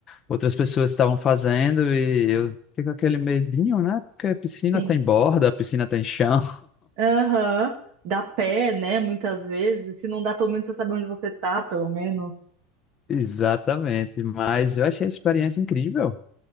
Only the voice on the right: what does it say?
Sim.
Aham, Dá pé, né, muitas vezes. Se não dá, pelo menos você sabe onde você tá, pelo menos.